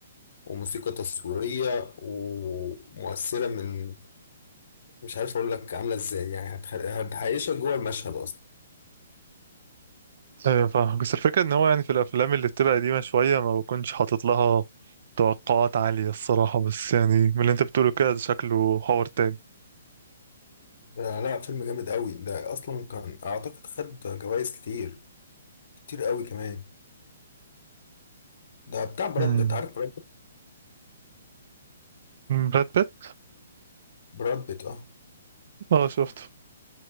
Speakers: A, on the left; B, on the right.
A: وموسيقى تصويرية ومؤثرة من مش عارف أقول لك عاملة إزاي يعني هتخ- هتعيشك جوه المشهد أصلا
B: أيوة فاهم بس الفكرة إن هو يعني في الأفلام اللي بتبقى قديمة شوية ما بكونش حاطط لها توقعات عالية الصراحة بس يعني من اللي أنت بتقوله كده ده شكله حوار تاني
A: ده لا فيلم جامد قوي ده أصلا كان أعتقد خد جوائز كتير كتير قوي كمان ده بتاع براد
B: مم.
A: بيت عارف براد بيت
B: براد بيت
A: براد بيت أه
B: اه شفته